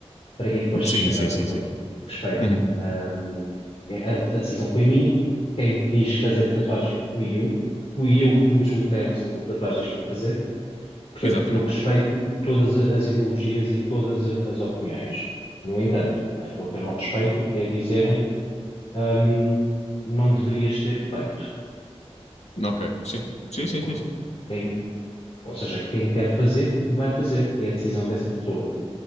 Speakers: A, on the left; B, on the left.
A: Para que é que foste
B: Sim,
A: estragar
B: sim,
A: o teu
B: sim,
A: corpo?
B: sim.
A: Respeito.
B: Uhum.
A: Um, a, a decisão foi minha. Quem quis fazer a tatuagem fui eu. Fui eu que me desloquei a um salão de tatuagens para fazer. Portanto,
B: Exatamente.
A: eu respeito todas a- as ideologias e todas a- as opiniões. No entanto, aquilo que eu não respeito é dizerem hum, não deverias ter feito.
B: Ok, sim. Sim, sim,
A: Porque
B: sim, sim.
A: quem, ou seja, quem quer fazer, vai fazer. É a decisão dessa pessoa.